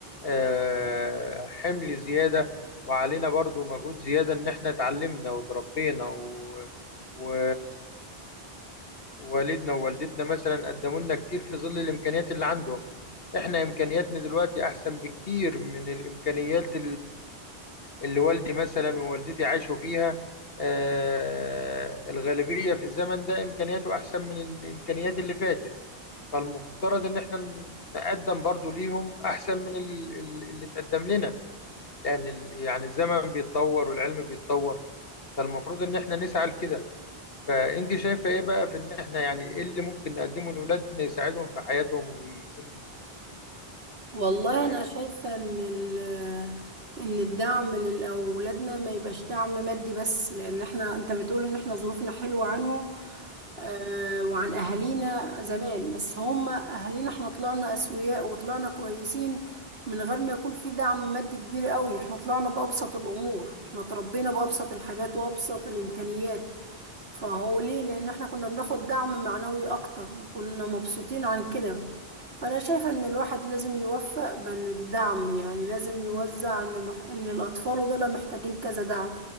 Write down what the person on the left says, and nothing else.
آه، حمل زيادة وعلينا برضو مجهود زيادة ان احنا اتعلمنا وتربينا و... و... والدنا ووالدتنا مثلا قدموا لنا كتير في ظل الامكانيات اللي عندهم احنا امكانياتنا دلوقتي احسن بكتير من الامكانيات اللي والدي مثلا ووالدتي عاشوا فيها آه، الغالبية في الزمن ده إمكانياته أحسن من الإمكانيات اللي فاتت فالمفترض إن إحنا نقدم برضو ليهم أحسن من ال- ال- اللي اتقدم لنا لأن ال- يعني الزمن بيتطور والعلم بيتطور فالمفروض إن إحنا نسعى لكده فأنت شايفة إيه بقى في إن إحنا يعني إيه اللي ممكن نقدمه لأولادنا يساعدهم في حياتهم ويكون
آه،